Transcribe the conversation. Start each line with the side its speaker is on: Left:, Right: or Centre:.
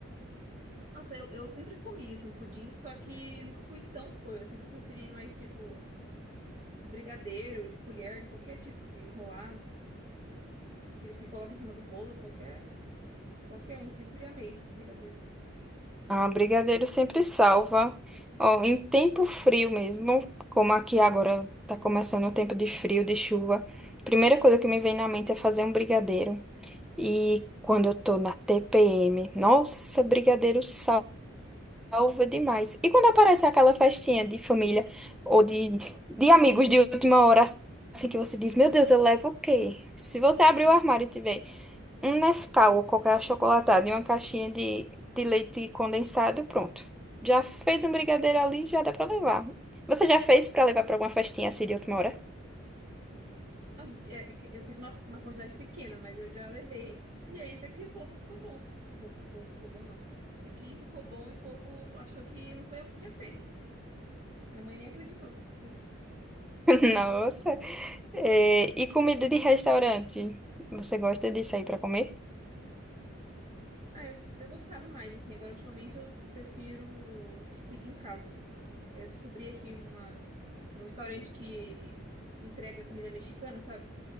Right: Nossa, eu, eu sempre comi, assim, pudim, só que nunca fui tão fã. Eu sempre preferi mais, tipo, o brigadeiro, de colher, de qualquer tipo, de enrolar, que eles se colocam em cima do bolo, qualquer, qualquer um. Sempre amei brigadeiro.
Centre: Ah, brigadeiro sempre salva. Ó, em tempo frio mesmo, como aqui agora tá começando o tempo de frio, de chuva. Primeira coisa que me vem na mente é fazer um brigadeiro. E quando eu tô na TPM, nossa, brigadeiro salva. Salva demais. E quando aparece aquela festinha de família ou de, de amigos de última hora, assim que você diz, meu Deus, eu levo o quê? Se você abrir o armário e tiver um Nescau ou qualquer achocolatado e uma caixinha de, de leite condensado, pronto. Já fez um brigadeiro ali, já dá pra levar. Você já fez pra levar pra alguma festinha assim de última hora?
Right: Ah, é é que Eu fiz uma, uma quantidade pequena, mas eu já levei. E aí até que o povo ficou bom. Po- O povo ficou bom, não. É que ficou bom e o povo achou que não foi eu que tinha feito. Minha mãe nem acreditou. Eu, fi-
Centre: <laughs> Nossa. É, e comida de restaurante? Você gosta de sair pra comer?
Right: ah, eu, eu gostava mais, assim. Agora, ultimamente, eu, eu prefiro acho que pedir em casa. Aí eu descobri aqui uma, um restaurante que, que entrega comida mexicana, sabe?